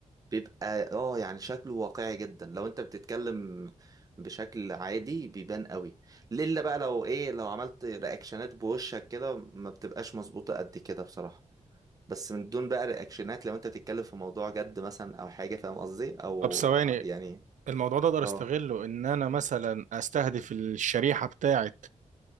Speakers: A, on the right; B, on the right.
A: بيبقى اه يعني شكله واقعي جدا لو انت بتتكلم بشكل عادي بيبان قوي الا بقى لو ايه لو عملت رياكشنات بوشك كده ما بتبقاش مظبوطة قد كده بصراحة بس من دون بقى رياكشنات لو انت بتتكلم في موضوع جد مثلا او حاجة فاهم قصدي او
B: طب ثواني
A: يعني
B: الموضوع ده اقدر
A: اه
B: استغله ان انا مثلا استهدف الشريحه بتاعت